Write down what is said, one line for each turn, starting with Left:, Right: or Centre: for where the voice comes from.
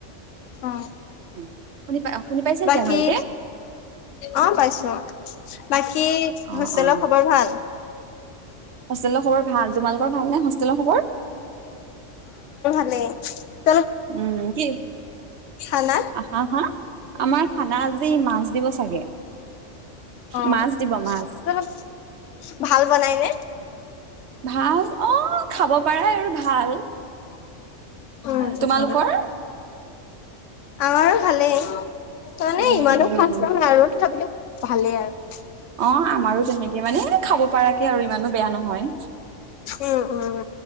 Left: অ
Right: উম শুনি পাই শুনি পাইছা এতিয়া
Left: বাকী
Right: ভালকে
Left: অ পাইছো অ বাকী
Right: অ
Left: হুচেলৰ
Right: অ
Left: খবৰ ভাল
Right: হোষ্টেলৰ খবৰ ভাল তোমালোকৰ ভাল নে হোষ্টেলৰ খবৰ
Left: ভালে
Right: উম কি
Left: খানাত
Right: হা হা আমাৰ খানা আজি মাছ দিব চাগে
Left: অ
Right: মাছ দিব মাছ
Left: অলপ ভাল বনাই নে
Right: ভাল অ খাব পাৰাই আৰু ভাল
Left: উম
Right: তোমালোকৰ
Left: আমাৰো ভালেই মানে
Right: উম
Left: ইমানো
Right: উম উম
Left: খাজ নহয় আৰু তথাপি ভালেই আৰু
Right: অ আমাৰো তেনেকে মানে খাব পৰাকে আৰু ইমানো বেয়া নহয়
Left: উম উম